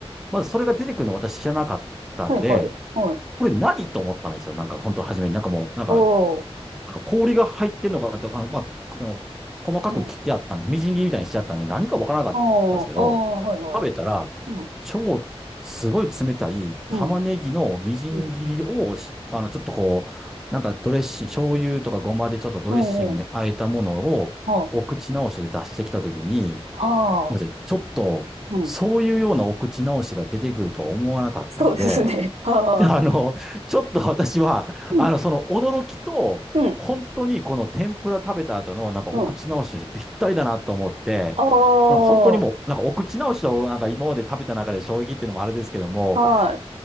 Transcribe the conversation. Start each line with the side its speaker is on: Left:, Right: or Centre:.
Centre: まずそれが出てくるの私知らなかったんで、
Right: はい。はい。はい。はい。
Centre: これ何と思ったんですよ。なんか、本当初めに。なんかもう、なんか、
Right: おー。
Centre: あの、氷が入ってんのかとか、あのまあ、その、細かく切ってあったんで、
Right: うん。
Centre: みじん切りみたいにしちゃったんで、何かわからなかったんですけど、
Right: おー。あー。はい。はい。
Centre: 食べたら、
Right: うん。
Centre: 超、すごい冷たい玉ねぎのみじん切りをし、
Right: うん。うん。
Centre: あの、ちょっとこう、なんかドレッシング、醤油とかごまでちょっとドレッシングに和えたものを、
Right: うん。うん。は
Centre: お口直しで出してきたときに、
Right: あ。
Centre: ごめんなさいちょっと、
Right: はあ。うん。
Centre: そういうようなお口直しが出てくるとは思わなかったので、
Right: そうですね。はあ。
Centre: <laughs> あの、ちょっと私は、
Right: うん。
Centre: あの、その驚きと、
Right: うん。
Centre: 本当にこの天ぷら食べた後の、なんかお口直しとしてぴったりだなと思って、
Right: うん。ああ、
Centre: その本当にもう、なんかお口直しを、なんか今まで食べた中で衝撃っていうのもあれですけども、
Right: はい。